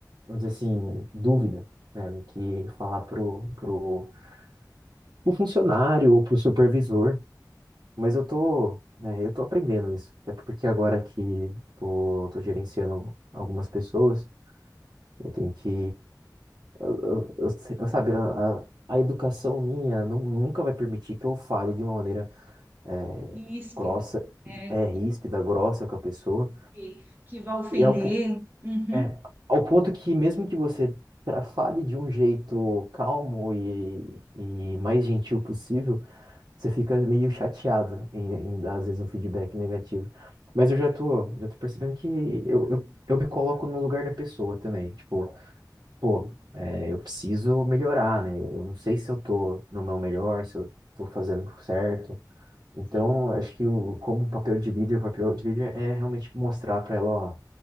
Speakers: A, on the right; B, on the right.
A: vamos dizer assim, dúvida, né, no que falar pro, pro, pro funcionário ou pro supervisor. Mas eu tô, né, eu tô aprendendo isso. Até porque agora que tô, tô gerenciando algumas pessoas, eu tenho que. Eu, eu, eu se- eu sabe, a, a a educação minha nu- nunca vai permitir que eu fale de uma maneira é,
B: Ríspida,
A: grossa,
B: é,
A: é, ríspida,
B: e
A: grossa com a pessoa.
B: que, que vai ofender.
A: E ao, po-
B: Uhum.
A: é, ao ponto que, mesmo que você tra- fale de um jeito calmo e, e mais gentil possível você fica meio chateado em, em dar, às vezes, um feedback negativo. Mas eu já tô, já tô percebendo que eu, eu, eu me coloco no lugar da pessoa também. Tipo, pô, é, eu preciso melhorar, né? Eu não sei se eu tô no meu melhor, se eu tô fazendo certo. Então,
B: Sim,
A: eu acho que o, como um papel de líder, o papel de líder é realmente mostrar pra ela, ó,